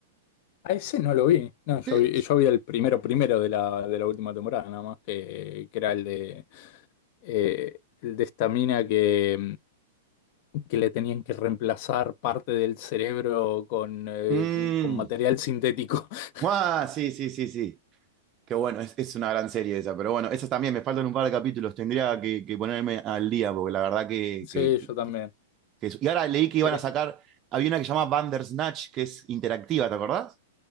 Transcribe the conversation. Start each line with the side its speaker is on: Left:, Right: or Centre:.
Left: A ese no lo vi. No, yo
Right: ¿Qué
Left: vi,
Right: es?
Left: yo vi el primero primero de la, de la última temporada, nada más, que, que era el de, eh, el de esta mina que, mm, que le tenían que reemplazar parte del cerebro con, eh,
Right: Mm,
Left: con material sintético. <laughs>
Right: ah, sí, sí, sí, sí. Qué bueno, es, es una gran serie esa, pero bueno, esas también me faltan un par de capítulos, tendría que, que ponerme al día, porque la verdad que,
Left: Sí,
Right: que, que-
Left: yo también.
Right: que es- Y ahora leí que iban
Left: Quiero-
Right: a sacar, había una que se llama Bandersnatch, que es interactiva, ¿te acordás?